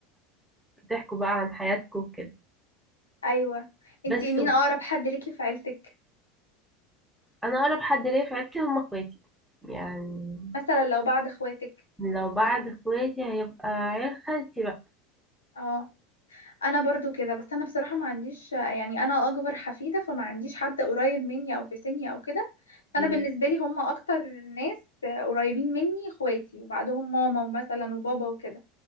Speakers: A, in the centre; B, on the left.
A: بتحكوا بقى عن حياتكم وكده
B: ايوه انتي
A: بس
B: مين اقرب حد ليكي في عيلتك
A: انا اقرب حد ليا في عيلتي هم اخواتي يعني
B: مثلا لو بعد اخواتك
A: لو بعد اخواتي هيبقى عيال خالتي بقى
B: اه انا برضو كده بس انا بصراحه ما عنديش يعني انا اكبر حفيده فما عنديش حد قريب مني او في سني او كده فانا
A: م-
B: بالنسبه لي هم اكتر ناس قريبين مني اخواتي وبعدهم ماما ومثلا وبابا وكده